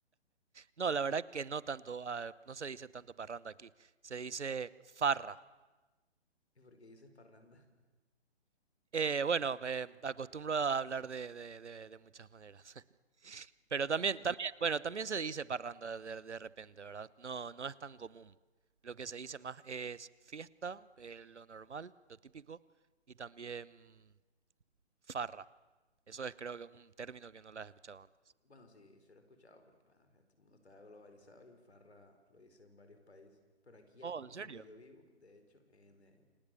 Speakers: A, on the right (about 80°); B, on the left (about 70°).
A: No, la verdad que no tanto. ah, no se dice tanto parranda aquí. Se dice farra.
B: ¿Y por qué dices parranda?
A: Eh, bueno, me acostumbro a hablar de, de- de- de muchas maneras. <laughs>
B: <laughs>
A: Pero
B: Bueno,
A: también, también, bueno, también se dice parranda de, de repente, ¿verdad? No, no es tan común. Lo que se dice más es fiesta, eh, lo normal, lo típico, y también farra. Eso es creo que un término que no lo has escuchado antes.
B: Bueno, sí, se lo he escuchado porque, bueno, este mundo está globalizado y Farra lo dice en varios países. Pero aquí, aquí,
A: Oh, ¿en serio?
B: donde yo vivo, de hecho, en, eh,